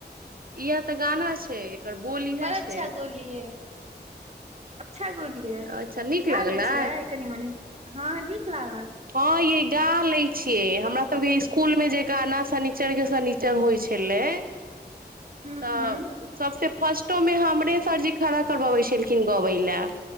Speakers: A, on the right (about 55°); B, on the right (about 40°).
A: इयै तऽ गाना छै। एकर बोल इएह
B: बड़
A: छै
B: अच्छा गोलियै अच्छा गोली लिये,
A: अच्छा नीक लागलै
B: गा लै छियै कनि-मनि, हँ नीक लागल।
A: हँ चैए गा लय छियै, हमरा सब के स्कूल मे जे गाना शनिचर के शनि चर होइ छलै
B: हूँ
A: तऽ
B: हूँ
A: सबसे फर्स्टो मे हमरे सरजी खड़ा करवबै छलखिन गबै लए।